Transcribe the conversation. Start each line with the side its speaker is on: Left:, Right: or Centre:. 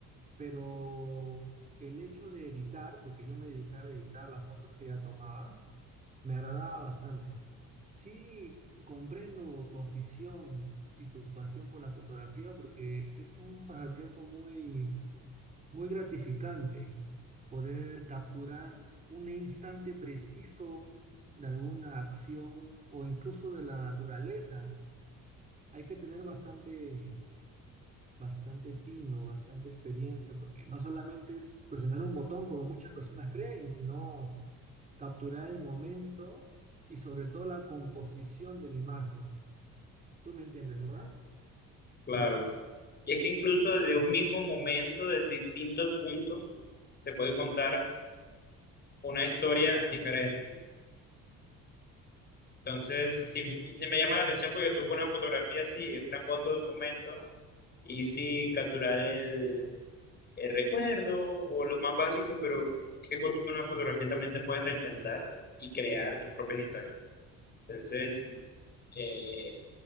Right: pero el hecho de editar, porque yo me dedicaba a editar las fotos que ella tomaba, me agradaba bastante. Sí, comprendo tu afición y tu pasión por la fotografía, porque es un pasatiempo muy, muy gratificante poder capturar un instante preciso de alguna acción o incluso de la naturaleza. Hay que tener bastante bastante tino, bastante experiencia, porque no solamente es presionar un botón como muchas personas creen, sino capturar el momento y sobre todo la composición de la imagen. Tú me entiendes, ¿verdad?
Left: Claro. Y es que incluso desde un mismo momento, desde distintos puntos, te puede contar una historia diferente. Entonces, sí, sí me llama la atención porque tú con una fotografía así, una foto del momento, y sí capturar el, el recuerdo o lo más básico, pero es que con- tú con una fotografía también te puedes reinventar y crear tus propias historias. Entonces, eh,